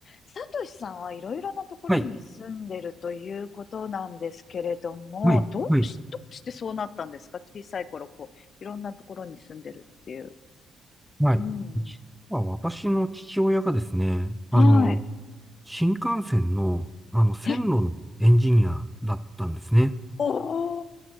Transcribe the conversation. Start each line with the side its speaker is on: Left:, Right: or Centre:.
Left: サトシさんはいろいろなところに住んでるということなんですけれども、
Centre: はい、はい、
Left: どうし、
Centre: はい、
Left: どうしてそうなったんですか小さい頃、こう、いろんなところに住んでるっていう。
Centre: はい。
Left: うんう
Centre: 実は私の父親がですね、あの、
Left: ん。はい。
Centre: 新幹線の、あの、線路のエンジニアだったんですね。
Left: え、おー、